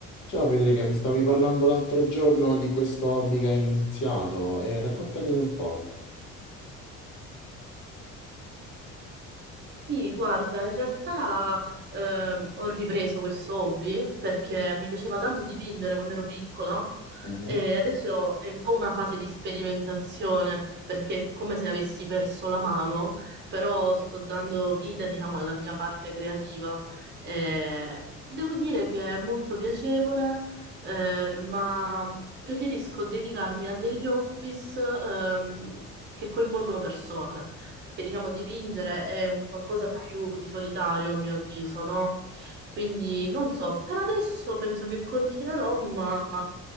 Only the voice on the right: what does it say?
Sì, guarda, in realtà ehm, ho ripreso questo hobby perché mi piaceva tanto dipingere quando ero piccola
e adesso è un po' una fase di sperimentazione perché è come se avessi perso la mano, però sto dando vita, diciamo, alla mia parte creativa. E devo dire che è molto piacevole, eh, ma preferisco dedicarmi a degli hobbies ehm, che coinvolgono persone perché diciamo dipingere è un qualcosa più di solitario a mio avviso, no? Quindi non so, per adesso penso che continuerò, ma